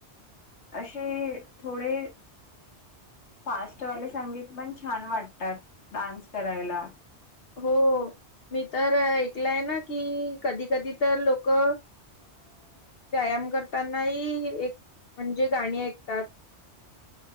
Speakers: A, on the left (about 75°); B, on the left (about 60°).
A: अशी थोडे फास्टवाले संगीत पण छान वाटतात डान्स करायला
B: हो मी तर ऐकलंय ना की कधी कधी तर लोक अ व्यायाम करतानाही एक म्हणजे गाणी ऐकतात